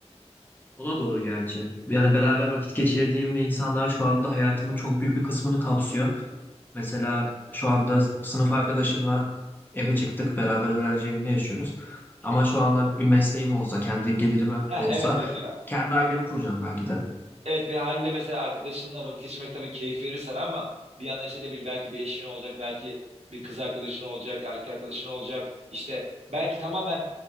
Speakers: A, on the left (about 15°); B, on the right (about 70°).
A: O da doğru gerçi. Yani beraber vakit geçirdiğim insanlar şu anda hayatımın çok büyük bir kısmını kapsıyor. Mesela şu anda sınıf arkadaşımla eve çıktık beraber öğrenci evinde yaşıyoruz.
B: Hı
A: Ama
B: hı.
A: şu anda bir mesleğim olsa, kendi gelirime
B: Heh,
A: olsa
B: evet mesela.
A: kendi ailemi kuracağım belki de.
B: Evet ve haliyle mesela arkadaşınla vakit geçirmek tabii keyif verir sana ama bir yandan işte ne bileyim belki bir eşin olacak, belki bir kız arkadaşın olacak, erkek arkadaşın olacak. İşte belki tamamen